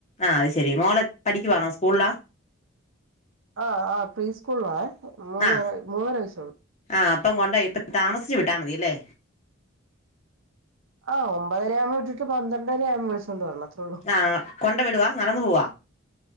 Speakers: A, on the left (about 30°); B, on the right (about 75°).
A: ആഹ് അത് ശെരി മോള് പഠിക്കുവാണോ സ്കൂളിലാ?
B: ആ ആ പ്രീ സ്കൂള്ലാ മൂന്ന്
A: ആ
B: മൂന്നര വയസേള്ളൂ
A: ആ ഇപ്പം കൊണ്ടോയ് ഇപ്പൊ താമസിച്ചു വിട്ടാ മതില്ലേ
B: ആഹ് ഒമ്പതരയാവുമ്പം വിട്ടിട്ട് പന്ത്രണ്ടരയാമ്പം വിളിച്ചോണ്ട് വരണം അത്രേ ഉള്ളൂ
A: ആഹ് കൊണ്ട് വിടുവാ നടന്നു പോവാ